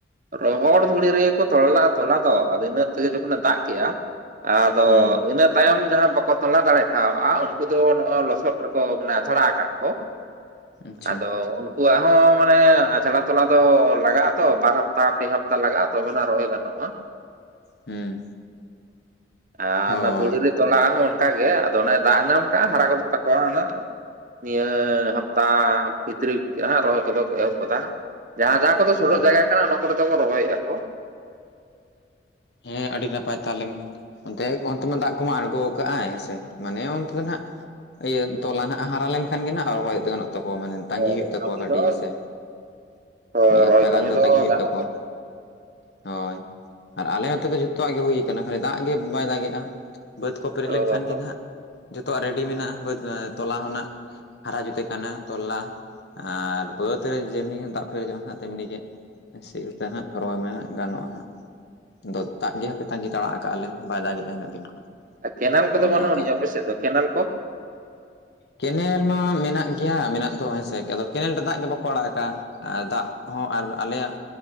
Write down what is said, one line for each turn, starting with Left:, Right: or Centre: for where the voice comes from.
Right: ᱨᱚᱦᱚᱲ ᱫᱷᱩᱲᱤ ᱨᱮᱜᱮ ᱠᱚ ᱛᱚᱞᱟ ᱞᱟᱜᱼᱟ ᱛᱚᱞᱟ ᱫᱚ ᱟᱫᱚ ᱤᱱᱟᱹᱜ ᱛᱮᱜᱮ ᱡᱚᱠᱷᱚᱱᱼᱮ ᱫᱟᱜ ᱠᱮᱜᱼᱟ᱾ ᱟᱫᱚ
Left: ᱦᱩᱸ
Right: ᱤᱱᱟᱹ ᱛᱟᱭᱚᱢ ᱡᱟᱦᱟᱸ ᱵᱟ ᱠᱚ ᱛᱚᱸᱞᱟ ᱫᱟᱲᱮ ᱠᱟᱜᱼᱟ ᱩᱱᱠᱩ ᱫᱚ ᱱᱚᱜᱼᱚᱭ ᱞᱚᱥᱚᱫ ᱨᱮᱠᱚ ᱢᱟᱱᱮ ᱪᱷᱟᱲᱟ ᱟᱠᱟᱫ ᱠᱟᱜᱼᱠᱚ᱾
Left: ᱟᱪᱪᱷᱟ
Right: ᱟᱫᱚ ᱩᱱᱠᱩᱣᱟᱜ ᱦᱚᱸ ᱢᱟᱱᱮ ᱟᱪᱷᱟᱲᱟ ᱛᱚᱞᱟ ᱫᱚ ᱞᱟᱜᱟᱜ ᱟᱛᱚ ᱵᱟᱨ ᱦᱟᱯ ᱛᱟ ᱯᱮ ᱦᱟᱯᱛᱟ ᱞᱟᱜᱟᱜᱼᱟ ᱛᱚᱵᱮ ᱱᱟᱜ ᱨᱚᱦᱚᱭ ᱜᱟᱱᱚᱜᱼᱟ
Left: ᱦᱩᱸ
Right: ᱟᱨ
Left: ᱦᱳᱭ
Right: ᱚᱱᱟ ᱫᱷᱩᱲᱤ ᱨᱮ ᱛᱚᱞᱟ ᱦᱟᱸᱜ ᱦᱚᱸ ᱚᱱᱠᱟ ᱜᱮ ᱟᱫᱚ ᱚᱱᱮ ᱫᱟᱜ ᱮ ᱧᱟᱢ ᱠᱟᱜᱼᱟ ᱦᱟᱨᱟ ᱜᱚᱫᱚᱜ ᱛᱟᱠᱚᱣᱟ ᱦᱟᱸᱜ ᱱᱤᱭᱟᱹ ᱦᱟᱯᱛᱟ ᱵᱷᱤᱛᱨᱤ ᱦᱟᱸᱜ ᱨᱚᱦᱚᱭ ᱠᱚ ᱫᱚ ᱠᱚ ᱮᱦᱚᱵ ᱜᱚᱫᱟ ᱡᱟᱦᱟᱸ ᱡᱟᱦᱟᱸ ᱠᱚ ᱫᱚ ᱥᱚᱰᱚᱜ
Left: ᱦᱳ
Right: ᱡᱟᱭᱜᱟ ᱠᱟᱱᱟ ᱚᱱᱟ ᱠᱚᱨᱮ ᱫᱚ ᱠᱚ ᱨᱚᱦᱚᱭ ᱮᱫᱼᱟ ᱠᱚ
Left: ᱦᱮᱸ ᱟᱹᱰᱤ ᱱᱟᱯᱟᱭ ᱛᱟᱦᱚᱞᱮ ᱢᱟ ᱚᱱᱛᱮ ᱚᱱᱛᱮ ᱢᱟ ᱫᱟᱜ ᱠᱚᱢᱟ ᱟᱬᱜᱚ ᱟᱠᱟᱜ ᱟᱭ ᱦᱮᱸᱥᱮ ᱢᱟᱱᱮ ᱚᱱᱛᱮ ᱫᱚ ᱱᱟᱜ ᱮᱫ ᱛᱚᱞᱟ ᱱᱟᱜ ᱦᱟᱨᱟ ᱞᱮᱱ ᱠᱷᱟᱱ ᱜᱮ ᱱᱟᱜ ᱨᱚᱦᱚᱭ ᱫᱚ ᱛᱟᱠᱚᱣᱟ ᱢᱟᱱᱮ ᱛᱟᱺᱜᱤ
Right: ᱦᱳᱭ
Left: ᱦᱳᱭᱳᱜ ᱛᱟᱠᱚᱣᱟ
Right: ᱠᱟᱹᱢᱤ
Left: ᱠᱟᱹᱴᱤᱡ
Right: ᱫᱚ
Left: ᱦᱮᱸᱥᱮ
Right: ᱦᱳᱭ
Left: ᱢᱤᱫ ᱦᱟᱯᱛᱟ
Right: ᱨᱚᱦᱚᱭ ᱠᱟᱹᱢᱤ
Left: ᱜᱟᱱ ᱫᱚ ᱛᱟᱸᱜᱤ ᱦᱳᱭᱳᱜ
Right: ᱜᱟᱱᱚᱜ
Left: ᱛᱟᱠᱚᱣᱟ ᱦᱳᱭ ᱟᱨ ᱟᱞᱮ ᱱᱚᱛᱮ ᱫᱚ ᱡᱷᱚᱛᱚᱣᱟᱜ ᱜᱮ ᱦᱩᱭ ᱠᱟᱱᱟ ᱠᱷᱟᱹᱞᱤ ᱫᱟᱜ ᱜᱮ ᱵᱟᱭ ᱫᱟᱜᱮᱜᱼᱟ ᱵᱟᱹᱫᱽ ᱠᱚ ᱯᱮᱨᱮᱡ
Right: ᱚ
Left: ᱞᱮᱱ ᱠᱷᱟᱱ
Right: ᱦᱚ
Left: ᱜᱮ ᱱᱟᱦᱟᱜ ᱡᱚᱛᱚᱣᱟᱜ ᱨᱮᱰᱤ ᱢᱮᱱᱟᱜᱼᱟ ᱵᱟᱹᱫᱽ ᱛᱚᱞᱟ ᱦᱚᱸ ᱱᱟᱜ ᱦᱟᱨᱟ ᱡᱩᱛᱮ ᱠᱟᱱᱟ ᱛᱚᱞᱞᱟ ᱟᱨ ᱵᱟᱹᱫᱽ ᱨᱮ ᱡᱮᱢᱱᱤ ᱦᱟᱸᱜ ᱫᱟᱜ ᱯᱮᱨᱮᱡᱚᱜᱼᱟ ᱛᱮᱢᱱᱤ ᱜᱮ ᱥᱤ ᱛᱮ ᱦᱟᱸᱜ ᱨᱚᱦᱚᱭ ᱢᱮ ᱦᱟᱸᱜ ᱜᱟᱱᱚᱜᱼᱟ ᱦᱟᱸᱜ ᱵᱟᱹᱫᱽ ᱫᱟᱜ ᱜᱮ ᱦᱟᱯᱮ ᱛᱟᱸᱜᱤ ᱛᱟᱲᱟ ᱟᱠᱟᱜ-ᱟ ᱞᱮ ᱵᱟᱭ ᱫᱟᱜᱮᱜ ᱼᱟ ᱤᱱᱟᱹ ᱫᱤᱱ ᱠᱷᱚᱱ
Right: ᱟ ᱠᱮᱱᱮᱞ ᱠᱚ
Left: ᱛᱚ
Right: ᱫᱚ
Left: ᱚᱱᱮ
Right: ᱵᱟᱹᱱᱩᱜ
Left: ᱚᱱᱠᱟ
Right: ᱟᱱᱤᱡ ᱟ ᱟᱯᱮ ᱥᱮᱫ ᱫᱚ ᱠᱮᱱᱮᱞ ᱠᱚ
Left: ᱠᱮᱱᱮᱞ ᱢᱟ ᱢᱮᱱᱟᱜ ᱜᱮᱭᱟ ᱢᱮᱱᱟᱜ ᱫᱚ ᱦᱮᱸᱥᱮ ᱟᱫᱚ ᱠᱮᱱᱮᱞ ᱨᱮ ᱫᱟᱜ ᱜᱮ ᱵᱟᱠᱚ ᱟᱲᱟᱜ ᱮᱫᱟ ᱟᱨ ᱫᱟᱜ ᱦᱚᱸ ᱟᱨ ᱟᱞᱮᱭᱟᱜ